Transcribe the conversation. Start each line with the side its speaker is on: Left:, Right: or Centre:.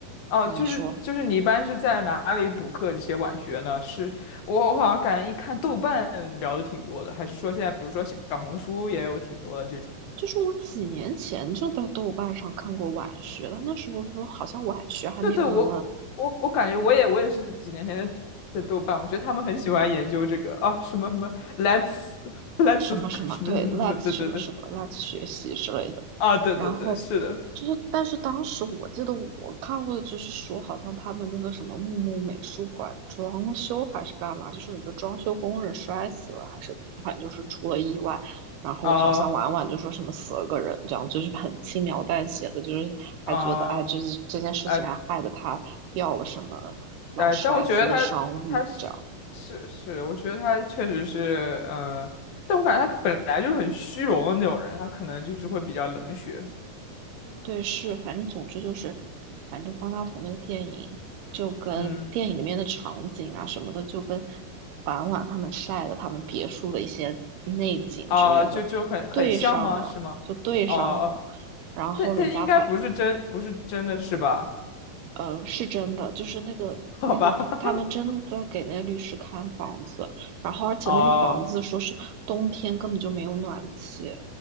Left: 哦、
Right: 啊，
Left: 就是就是你一般是在哪里补课这些晚学呢？
Right: 你说，
Left: 是我我好像感觉一看豆瓣聊的挺多的，还是说现在比如说小红书也有挺多的这种。
Right: 就是我几年前就在豆瓣上看过晚学了，那时候就好像晚学还没有那么
Left: 对对，我我我感觉我也我也是几年前在在豆瓣，我觉得他们很喜欢研究这个啊什么什么 let's <laughs> let's
Right: 什么什么，
Left: 什么什么什么什么，
Right: 对，let's
Left: 对对对
Right: 什么什么，let's 学习之类的。
Left: 啊对对对是的
Right: 然后就是，但是当时我记得我看过的就是说，好像他们那个什么木木美术馆装修还是干嘛，就是有一个装修工人摔死了还是怎么样，反正就是出了意外。然后好像婉婉就说什么死了个人，
Left: 啊
Right: 这样就是很轻描淡写的，就是还觉得哎，
Left: 啊
Right: 这这件事情还害得他掉了什么劳斯莱斯的商务这样。
Left: 啊啊！但我觉得他他是是是，我觉得他确实是嗯、呃但我感觉他本来就是很虚荣的那种人，他可能就是会比较冷血，
Right: 对，是，反正总之就是，反正方大同那个电影就跟电影里面的场景啊什么的，
Left: 嗯
Right: 就跟婉婉他们晒的他们别墅的一些内景之类的对上了，
Left: 啊就就很很像吗？是吗？
Right: 就对上了，
Left: 哦、哦，
Right: 然后人家才
Left: 但但应该不是真不是真的是吧？
Right: 呃是真的，就是那个那个他们真的在给那个律师看房子，
Left: <laughs> 好吧，<laughs>
Right: 然后而且那个房子说是冬天根本就没有暖气，
Left: 哦